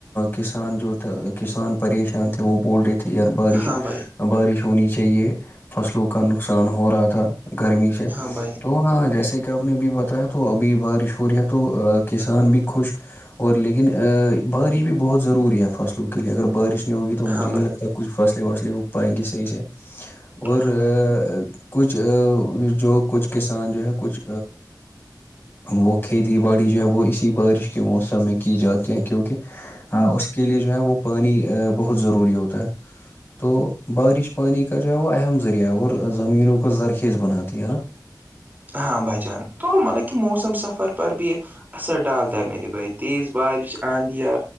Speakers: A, on the left (about 30°); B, on the right (about 25°).
A: کسان جو کسان پریشان تھے وہ بول رہے تھے یار بارش
B: ہاں بھائی
A: بارش ہونی چاہیے فصلوں کا نقصان ہو رہا تھا گرمی سے
B: ہاں بھائی
A: تو ہاں جیسے کہ آپ نے بھی بتایا تو ابھی بارش ہو رہی ہے تو کسان بھی خوش اور لیکن بارش بھی بہت ضروری ہے فصل کے لیے اگر بارش نہیں ہوگی تو مجھے
B: ہاں
A: نہیں
B: بھائی
A: لگتا کچھ فصلیں وصلے اگ پائیں گے صحیح سے اور
B: ہاں بھائی
A: کچھ جو کچھ کسان جو ہے کچھ وہ کھیتی باڑی جو ہے وہ اسی بارش کے موسم میں کی جاتی ہے کیونکہ ہاں اس کے لیئے جو ہے وہ پانی بہت ضروری ہوتا ہے تو بارش پانی کا جو ہے وہ اہم ذریعہ ہے اور زمینوں کو زرخیز بناتی ہے نا
B: ہاں بھائی جان تو مطلب کہ موسم سفر پر بھی اثر ڈالتا ہے میرے بھائی تیز بارش آندیا